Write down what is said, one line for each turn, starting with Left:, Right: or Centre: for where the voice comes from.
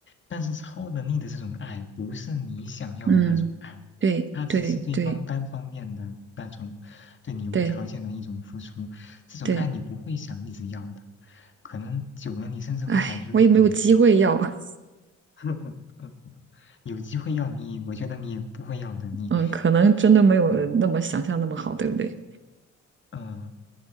Left: 但是超能力的这种爱，不是你想要的那种爱，
Right: 嗯，对对对
Left: 它只是对方单方面的那种对你无条件的一种付出。
Right: 对
Left: 这种爱你不会想一直要的，
Right: 对，
Left: 可能久了你甚至会感觉有点恶心。
Right: 哎，我也没有机会要，<laughs>
Left: <laughs> 有机会要你，我觉得你也不会要的。你，
Right: 嗯，可能真的没有那么想象那么好，
Left: 嗯
Right: 对不对？
Left: 嗯，